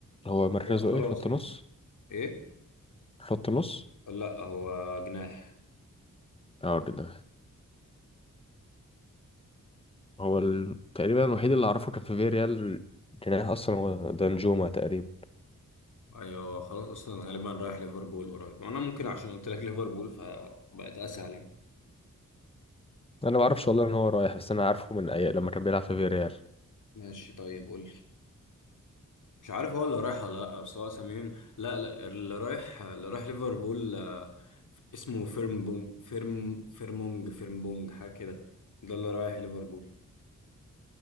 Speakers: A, on the left; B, on the left.
A: هو مركزه
B: هو خلاص
A: ايه خط
B: يعني
A: نص
B: إيه؟
A: خط نص
B: لا هو جناح
A: اه جناح هو ال... تقريبا الوحيد اللي اعرفه كان في فيريال جناح اصلا هو دانجوما تقريبا
B: أيوة خلاص أصلا غالبا رايح ليفربول قريب وأنا ممكن عشان قلت لك ليفربول فبقت أسهل يعني
A: انا ما اعرفش والله ان هو رايح بس انا عارفه من اي لما كان بيلعب في فيريال
B: ماشي طيب قول لي مش عارف هو اللي رايح ولا لأ بس هو سميهم لا لا اللي رايح اللي رايح ليفربول آه، اسمه فيرمبونج فيرم فيرمونج فيرمبونج حاجة كده ده اللي رايح ليفربول